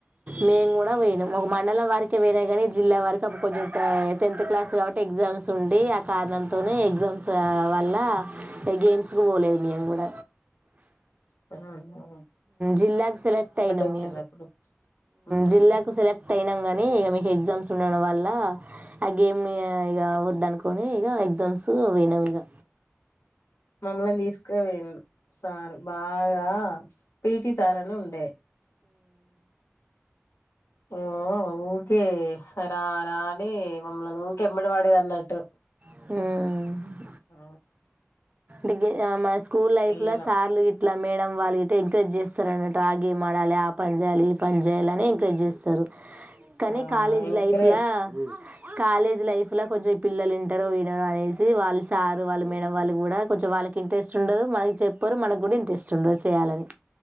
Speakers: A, on the right; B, on the left.
A: మేము కూడా పోయినాము ఒక మండలం వరకి పోయినా కానీ జిల్లా వారికి అడు కొంచెం టెన్త్ క్లాస్ కాబట్టి ఎగ్జామ్స్ ఉండి ఆ కారణంతోనే ఎగ్జామ్స్ వల్ల గేమ్స్ కి పోలేదు మేము కూడ
B: ఆ
A: జిల్లాకు సెలెక్ట్ అయినా
B: వచ్చింది
A: మీ
B: అప్పుడు మ్మ్
A: జిల్లాకు సెలెక్ట్ అయిన కానీ ఇ మీ ఎగ్జామ్స్ ఉండడం వల్ల ఆ గేమ్ ఇ వద్ అనుకని ఇ ఎగ్జామ్స్ నవగా
B: మమ్మల్ని తీసుకవేడు సార్ బాగా పిటి సార్ను ఉండే ఆ ఊకే రా రాని మమ్మల్ని ఊకే ఎమ్మడి వాడేది అన్నట్టు అట్
A: ఆ
B: ఆ
A: దగ మన స్కూల్ లైఫ్
B: వెళ్ళినాం
A: లో సార్లు గ ఇట్లా మేడం వాళ్ళు ఎంకరేజ్ చేస్తారు అన్నట్టు ఆగేం ఆడాలి ఆ పని చేయాలి ఏ పని చేయాలిని ఎంకరేజ్ చేస్తారు కానీ
B: ఆ
A: కాలేజ్
B: ఎంకరేజ్
A: లైఫ్లో కాలేజ్ లైఫ్ లో కొంచెం పిల్లలు ఇంటారు పోయన అనేసి వాళ్ళ సారు వాళ్ళు మేడం వాళ్ళు కూడా కొంచెం వాళ్ళకి ఇంట్రెస్ట్ ఉండదు మనకి చెప్పరు మనకు కూడా ఇంట్రస్ట్ ఉండదు చేయాలని